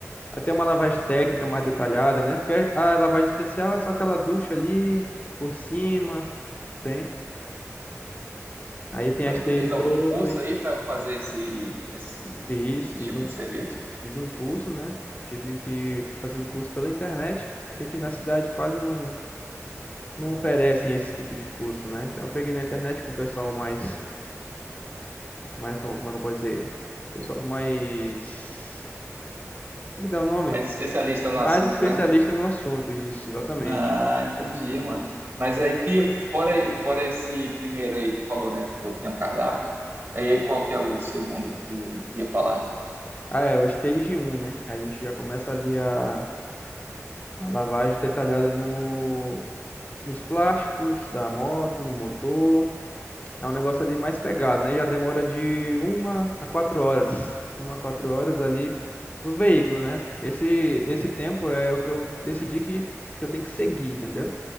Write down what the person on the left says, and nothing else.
Até uma lavagem técnica mais detalhada, né? Porque a lavagem especial é só aquela ducha ali por cima, tem? Aí tem
a stage
2.
fiz,
fiz
um,
fiz um curso, né? Tive que fazer um curso pela internet, porque aqui na cidade quase não não oferecem esse tipo de curso, né? Então eu peguei na internet com o pessoal mais, mais como como é que eu posso dizer? Pessoal mais, como é que dá o nome?
Mais
especialista
no assunto, isso, exatamente.
Ah, é, o Stage um, né? Que a gente já começa ali a, a lavagem detalhada no, nos plásticos da moto, no motor, É um negócio ali mais pegado, né? Já demora de uma a quatro horas. Uma a quatro horas ali no veículo, né? Esse, esse tempo é o que eu decidi que, que eu tenho que seguir, entendeu?